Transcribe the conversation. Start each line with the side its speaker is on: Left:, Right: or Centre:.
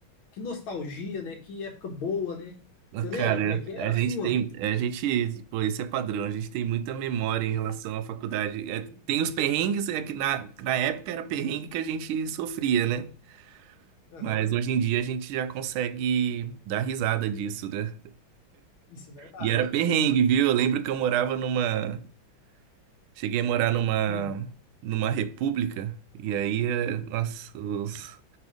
Left: que nostalgia, né? Que época boa, né? Você lembra
Right: Cara,
Left: como é que era
Right: a
Left: a
Right: gente
Left: sua?
Right: tem, a gente, pô, isso é padrão, a gente tem muita memória em relação à faculdade. É, tem os perrengues, é que na, na época era perrengue que a gente sofria, né?
Left: Aham,
Right: Mas hoje em dia a gente já consegue dar risada disso, né?
Left: isso é verdade.
Right: E era perrengue, viu? Eu lembro que eu morava numa. Cheguei a morar numa.
Left: Hum,
Right: numa república. E aí, eh, nossa, os-